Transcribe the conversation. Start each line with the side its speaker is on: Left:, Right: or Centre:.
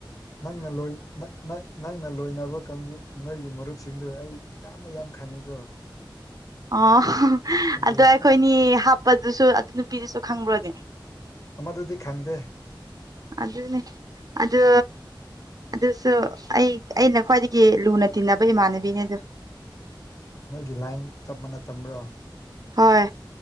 Left: ꯅꯪꯅ ꯂꯣꯏꯅ ꯅ ꯅꯪꯅ ꯂꯣꯏꯅꯕ ꯀꯥꯡꯕꯨ ꯅꯪꯒꯤ ꯃꯔꯨꯞꯁꯤꯡꯗꯨ ꯑꯩ ꯌꯥꯝꯃ ꯌꯥꯝ ꯈꯪꯉꯤꯀꯣ
Right: ꯑꯣ
Left: ꯑꯗꯨ
Right: ꯑꯗꯣ ꯑꯈꯣꯏꯅꯤ ꯍꯥꯞꯄꯗꯨꯁꯨ ꯑꯗꯨ ꯅꯨꯄꯤꯗꯨꯁꯨ ꯈꯪꯕ꯭ꯔꯣꯅꯦ
Left: ꯑꯃꯗꯨꯗꯤ ꯈꯪꯗꯦ
Right: ꯑꯗꯨꯅꯦ ꯑꯗꯨ ꯑꯗꯨꯁꯨ ꯑꯩ ꯑꯩꯅ ꯈ꯭ꯋꯥꯏꯗꯒꯤ ꯂꯨꯅ ꯇꯤꯟꯅꯕ ꯏꯃꯥꯟꯅꯕꯤꯅꯦ ꯑꯗꯨ
Left: ꯅꯣꯏꯒꯤ ꯂꯥꯏꯟ ꯆꯞ ꯃꯟꯅ ꯇꯝꯕ꯭ꯔꯥ
Right: ꯍꯣꯏ